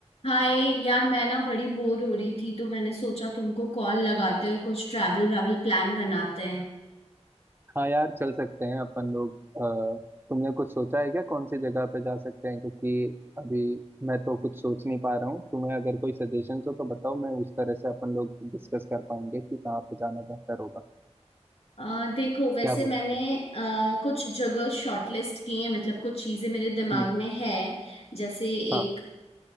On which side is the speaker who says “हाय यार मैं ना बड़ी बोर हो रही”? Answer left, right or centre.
Left